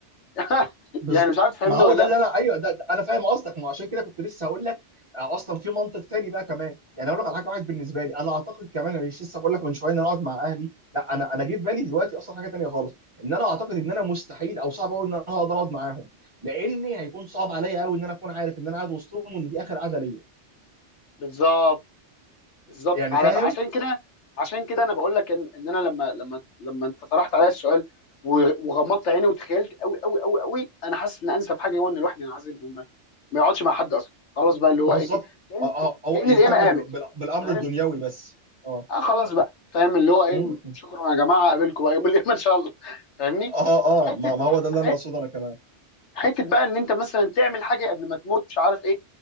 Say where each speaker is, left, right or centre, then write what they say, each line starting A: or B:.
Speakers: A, on the left (about 70°); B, on the right (about 25°).
A: <laughs>
B: بز...
A: يعني مش عارف تفهمني
B: ما هو
A: ولا
B: ده
A: لا
B: اللي انا ايوه ده ده- انا فاهم قصدك ما هو عشان كده كنت لسه هقول لك آه، اصلا في منطق تاني بقى كمان يعني اقول لك على حاجه واحد بالنسبه لي انا اعتقد كمان أنا مش لسه بقول لك من شويه ان انا اقعد مع اهلي لا انا انا جه في بالي دلوقتي اصلا حاجه تانيه خالص ان انا اعتقد ان انا مستحيل او صعب قوي ان انا هقدر اقعد معاهم لاني هيكون صعب عليا قوي ان انا اكون عارف ان انا قاعد وسطهم وان دي اخر قعده ليا
A: بالظبط بالظبط
B: يعني
A: على
B: فاهم
A: عشان كده عشان كده انا بقول لك ان, ان انا لما لما لما انت طرحت عليا السؤال و- وغمضت عيني وتخيلت قوي قوي قوي قوي انا حاسس ان انسب حاجه هو ان الواحد ينعزل وما ما يقعدش مع حد اصلا خلاص بقى اللي هو
B: بالظبط
A: ايه ك- كان
B: اه
A: ك-
B: اه هو
A: كان
B: يهتم
A: الايام قامت
B: بال... بال... بالامر
A: فاهم
B: الدنيوي بس اه
A: اه خلاص بقى فاهم اللي هو ايه
B: م- م.
A: شكرا يا جماعه اقابلكم بقى يوم الاثنين ان شاء الله فاهمني
B: اه
A: حته
B: اه ما ما هو ده اللي
A: ح-
B: انا اقصده انا كمان
A: حته بقى ان انت مثلا تعمل حاجه قبل ما تموت مش عارف ايه